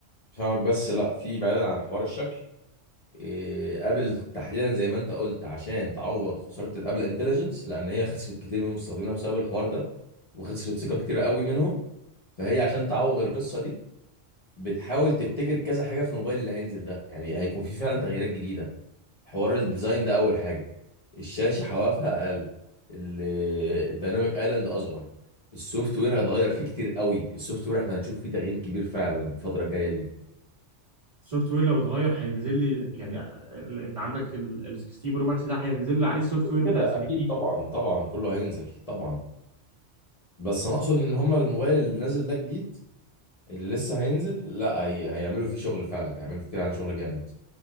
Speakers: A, on the left; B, on the right.
A: فاهمك بس لا في بعيدا عن حوار الشكل إيه، ابل تحديدا زي ما انت قلت عشان تعوض خساره الابل انتليجنس لان هي خسرت كتير من مستخدمينها بسبب الحوار ده وخسرت ثقه كتير قوي منهم فهي عشان تعوض القصه دي بتحاول تبتكر كذا حاجه في الموبايل اللي هينزل ده يعني هيكون في فعلا تغييرات جديده حوار الديزاين ده اول حاجه الشاشه حوافها اقل ال- الديناميك ايلاند اصغر السوفت وير هيتغير فيه كتير قوي السوفت وير احنا هنشوف فيه تغيير كبير فعلا الفتره الجايه دي
B: السوفت وير لو اتغير هينزل لي يعني آه، ال- انت عندك ال ال 16 برو ماكس ده هينزل لي عليه السوفت وير بتاع
A: كده
B: ال 17
A: اكيد طبعا طبعا كله هينزل طبعا بس انا اقصد ان هما الموبايل اللي نازل ده جديد اللي لسه هينزل لا هي... هيعملوا فيه شغل فعلا هيعملوا فيه فعلا شغل جامد